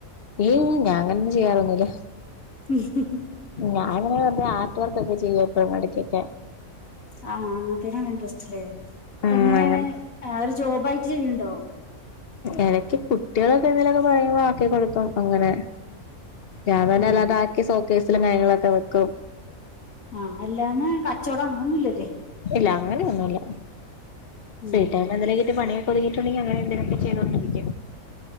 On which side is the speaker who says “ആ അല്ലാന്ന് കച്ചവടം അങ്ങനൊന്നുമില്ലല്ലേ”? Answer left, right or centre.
Left